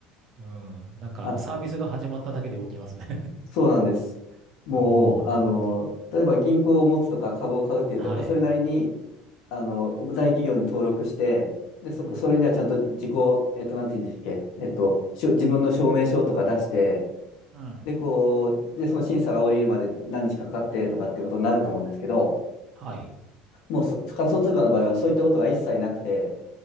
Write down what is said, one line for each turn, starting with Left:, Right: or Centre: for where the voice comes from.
Right: うん。なんか、
Left: あ、
Right: サービスが始まっただけで動きますね。
Left: そうなんです。
Right: <laughs>
Left: もう、
Right: おお、なるほど。
Left: あの、例えば銀行を持つとか株を買うって言うと、
Right: はい。
Left: やっぱそれなりに、あの、大企業に登録して、で、そ、
Right: うん。
Left: それにはちゃんと自己、えっと、なんて言うんでしたっけ、えっと、しょ、自分の証明書とか出して、
Right: うん。
Left: で、こう、で、その審査が降りるまで何日かかってとかっていうことになると思うんですけど、
Right: はい。
Left: もうそ仮想通貨の場合はそういったことが一切なくて、